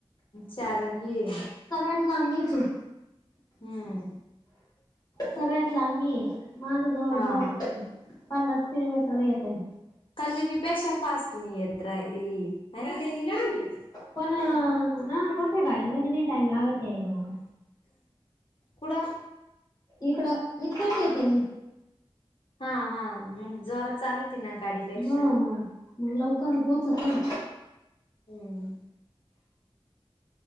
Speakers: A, on the left; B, on the left.
A: चार र ये
B: सगळ्यात लाब मीच आहे.
A: हम्म.
B: सगळ्यात लांब मी आहे, माझ जवळ
A: हा
B: जवळ पन्नास किलोमीटर येत आहे.
A: कल्याणी पेक्षा फास्ट तुम्ही येत्र कल्याणी लांब आहे.
B: पण ना मोठ्या गाडीमध्ये नाही टाईम लागत यायला मला
A: कुड?
B: इकडं इतकत येते मी.
A: हा हा. मग जोरा चालत ना गाडीपेक्षा
B: हा मग लवकर
A: ह
B: पोहोचते ना.
A: हम्म.